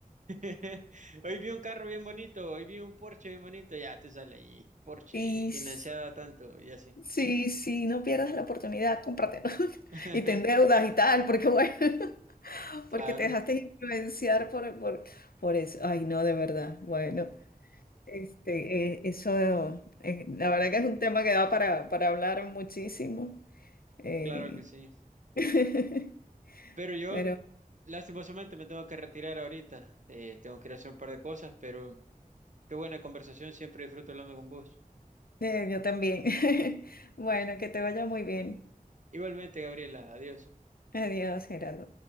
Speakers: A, on the right; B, on the left.
A: <laughs> Hoy vi un carro bien bonito, hoy vi un Porsche bien bonito, ya te sale ahí, Porsche,
B: <laughs> y s-
A: financiada tanto y así.
B: sí, sí, no pierdas la oportunidad, cómpratelo <laughs>
A: <laughs>
B: y te endeudas y tal, porque bueno, <laughs>
A: Claro,
B: porque te dejaste influenciar por, por, por eso. Ay, no, de verdad, bueno. Este, eh, eso, eh, la verdad que es un tema que da para, para hablar muchísimo. eh,
A: claro que sí.
B: <laughs>
A: Pero yo,
B: pero
A: lastimosamente, me tengo que retirar ahorita. Eh, tengo que ir a hacer un par de cosas, pero qué buena conversación, siempre disfruto hablando con vos.
B: eh, yo también. <laughs> Bueno, que te vaya muy bien.
A: Igualmente, Gabriela, adiós.
B: Adiós, Gerardo.